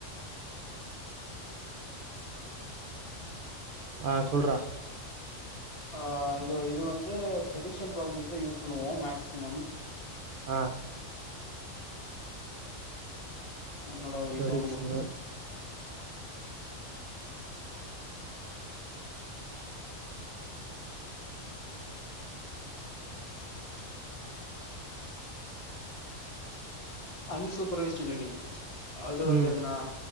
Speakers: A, on the right; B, on the left.
A: ஆ சொல்றா
B: ஆ இது இது வந்து ப்ரடிக்ஷன் ப்ராப்ளம்ஸ் தா யூஸ் பண்ணுவோ மேக்சிமம்
A: ஆ
B: என்னோட ஒரே
A: ப்ரொடிக்ஷனு.
B: சவுண்ட் போட்டிருக்கே அன் சூப்பர்வைஸ்டு லேர்னிங் அது வந்து
A: ம்.
B: என்ன